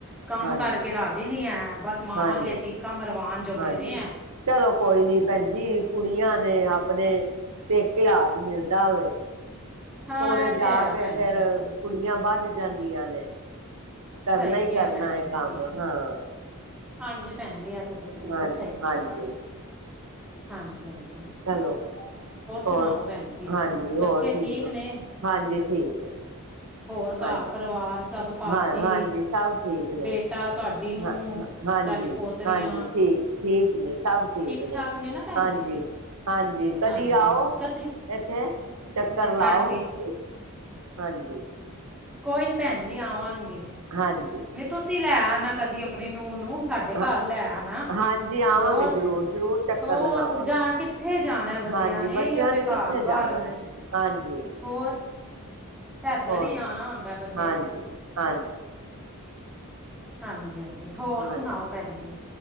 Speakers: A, in the centre; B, on the right (about 85°).
A: ਕੰਮ
B: ਹਾਂਜੀ
A: ਕਰਕੇ ਰਾਜ਼ੀ ਨਹੀਂ ਹੈ, ਬਸ ਮਾਵਾਂ
B: ਹਾਂਜੀ
A: ਦੀਆਂ ਚੀਕਾਂ ਮਰਵਾਨ ਜੋਗੇ
B: ਹਾਂਜੀ
A: ਨੇ ਹੈ।
B: ਚਲੋ ਕੋਈ ਨੀ ਭੈਣ ਜੀ ਕੁੜੀਆਂ ਨੇ ਆਪਣੇ ਪੇਕੇ ਰਾਜ ਮਿਲਦਾ ਹੋਵੇ।
A: ਹਾਂ
B: ਸਹੁਰੇ
A: ਇਹ
B: ਜਾ
A: ਤੇ ਹੈ
B: ਕੇ
A: ਭੈਣ
B: ਫੇਰ
A: ਜੀ
B: ਕੁੜੀਆਂ ਬਾਅਦ। ਜਾਂਦੀਆਂ ਨੇ। ਕਰਨਾ
A: ਸਹੀ
B: ਹੀ
A: ਕਿਹਾ
B: ਕਰਨਾ
A: ਭੈਣ
B: ਹੈ
A: ਜੀ
B: ਕੰਮ
A: ਤੁਸੀਂ
B: ਹਾਂ।
A: ਹਾਂਜੀ ਭੈਣ ਜੀ। ਤੇ ਤੁਸੀਂ ਬਿਲਕੁਲ
B: ਹਾਂਜੀ
A: ਸਹੀ
B: ਹਾਂਜੀ
A: ਕਿਹਾ ਆਵੇ। ਹਾਂਜੀ- ਹਾਂਜੀ।
B: ਚਲੋ, ਹੋਰ
A: ਸੁਣਾਓ ਭੈਣ ਜੀ
B: ਹਾਂਜੀ ਹੋਰ
A: ਬੱਚੇ
B: ਠੀਕ
A: ਨੇ
B: ਹਾਂਜੀ ਠੀਕ ਹੈ।
A: ਹੋਰ
B: ਹਾਂਜੀ
A: ਘਰ ਪਰਿਵਾਰ ਸਭ। ਭਾਜੀ
B: ਹਾਂ, ਹਾਂਜੀ, ਸਭ ਠੀਕ ਨੇ
A: ਬੇਟਾ ਤੁਹਾਡੀ ਨੂੰ
B: ਹ ਹਾਂਜੀ-
A: ਤੁਹਾਡੀ ਪੋਤਰੀਆਂ
B: ਹਾਂਜੀ, ਠੀਕ, ਠੀਕ ਨੇ ਸਭ ਠੀਕ
A: ਠਾਕ
B: ਨੇ
A: ਨਾ ਭੈਣ
B: ਹਾਂਜੀ-
A: ਜੀ
B: ਹਾਂਜੀ, ਕਦੀ
A: ਹਾਂਜੀ
B: ਆਓ
A: ਕਦੀ
B: ਇੱਥੇ ਚੱਕਰ ਲਾਓ
A: ਹਾਂਜੀ
B: ਤੁਸੀਂ। ਹਾਂਜੀ
A: ਕੋਈ ਨੀ ਭੈਨ ਜੀ ਆਵਾਂਗੇ <unintelligible>
B: ਹਾਂਜੀ
A: ਨਹੀਂ ਤੁਸੀਂ ਲੈ ਆ ਨਾ ਕਦੀ ਅਪਨੀ ਨੂੰ ਨੂੰ ਸਾਡੇ
B: ਹਾਂ
A: ਘਰ ਲੈ ਆ ਨਾ,
B: ਹਾਂਜੀ ਆਵਾਂਗੇ
A: ਹੋਰ-
B: ਜ਼ਰੂਰ ਜ਼ਰੂਰ ਚੱਕਰ
A: ਹੋਰ
B: ਲਗਾਵਾਂਗੇ
A: ਜਾ ਕਿੱਥੇ ਜਾਨਾ ਬੱਚੇਆਂ
B: ਹਾਂਜੀ
A: ਨੇ
B: ਬੱਚਿਆਂ
A: ਏਈਓ ਤੇ
B: ਕਿੱਥੇ
A: ਘਾਰ-
B: ਜਾਣਾ
A: ਬਾਰ ਹੋਂਦੇਨ
B: ਹੈ ਹਾਂਜੀ
A: ਹੋਰ ਏਦਰ
B: ਹੋਰ
A: ਈ ਆਨਾ ਹੁੰਦੈ ਬੱਚੇਆਂ
B: ਹਾਂਜੀ
A: ਨੇ।
B: ਹਾਂਜੀ
A: ਹਾਂਜੀ, ਹਾਂਜੀ ਹੋਰ
B: ਹਾਂ
A: ਸੁਨਾਓ ਭੈਨ ਜੀ